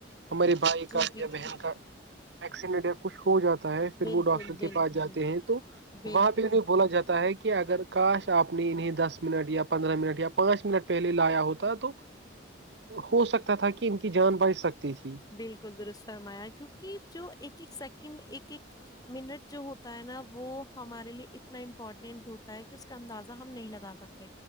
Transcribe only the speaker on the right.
ہمارے بھائی
کا
یا بہن
کا ایکسیڈنٹ کچھ ہو جاتا ہے پھر
وہ ڈاکٹر
کے پاس جاتے ہیں تو
وہاں پہ انہیں بولا جاتا ہے کہ اگر کاش آپ نے انہیں دس منٹ یا پندرہ منٹ یا پانچ منٹ پہلے لایا ہوتا تو ہو سکتا تھا کہ ان کی جان بچ سکتی تھی